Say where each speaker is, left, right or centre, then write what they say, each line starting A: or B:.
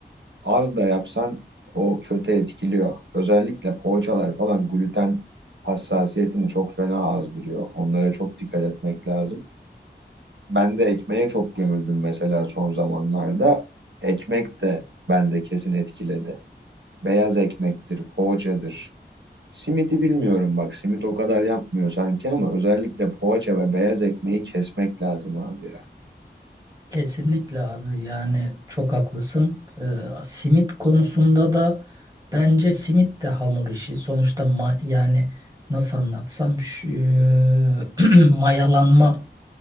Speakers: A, on the right; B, on the right.
A: Az da yapsan o kötü etkiliyor. Özellikle poğaçalar falan gluten hassasiyetini çok fena azdırıyor. Onlara çok dikkat etmek lazım. Ben de ekmeğe çok gömüldüm mesela son zamanlarda. Ekmek de bende kesin etkiledi. Beyaz ekmektir, poğaçadır. Simidi bilmiyorum bak simit o kadar yapmıyor sanki ama özellikle poğaça ve beyaz ekmeği kesmek lazım abi ya.
B: Kesinlikle abi yani çok haklısın. Ee, simit konusunda da bence simit de hamur işi. Sonuçta ma- yani nasıl anlatsam şu, <clears throat> mayalanma